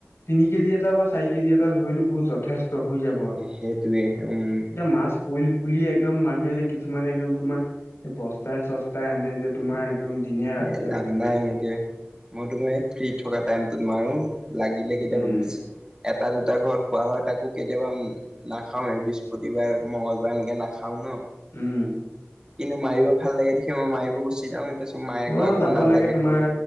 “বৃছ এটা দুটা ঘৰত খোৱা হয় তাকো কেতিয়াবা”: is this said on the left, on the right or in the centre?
Right